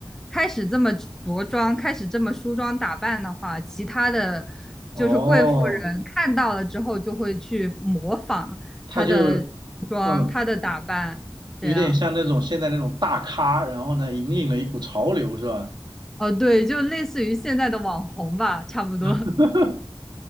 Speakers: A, in the centre; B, on the right (about 60°).
A: 开始这么着装，开始这么梳妆打扮的话，其他的就是贵妇人看到了之后就会去模仿他的服装、
B: 哦，他就嗯，
A: 他的打扮。对啊？
B: 有点像那种现在那种大咖，然后呢，引领了一股潮流，是吧？
A: 哦，对，就类似于现在的网红吧，差不多。
B: <laughs>